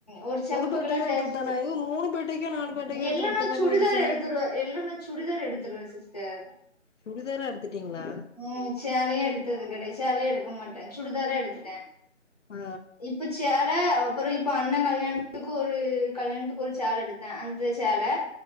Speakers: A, on the left; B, on the left.
A: ஒரு செவப்புகலர்
B: பர்த்டேக்கு தா
A: சேசிச்ச
B: எடுத்து குடுத்தானா ஐயோ மூணு பர்த்டேக்கோ நாலு பர்த்டேக்கோ
A: என்னன்னா
B: எடுத்து குடுத்த மாரி
A: சுடிதார்
B: நீங்க சொன்னீங்க
A: எடு த்ருவ எல்லன சுடிதார் எடுத்துருவ சிஸ்டர்
B: சுடிதாரா எடுத்துட்டீங்களா
A: ம் சேலயே எடுத்தது கெடை சேலயே எடுத் எடுக்க மாட்டே சுடிதாரா எடுத்துட்டே
B: ஆ
A: இப்ப சே ல அப்றோ இப்ப அண்ண கல்யாணத்துக்கு ஒரு கல்யாணத்துக்கு ஒரு சேல எடுத்தே அந்த சேல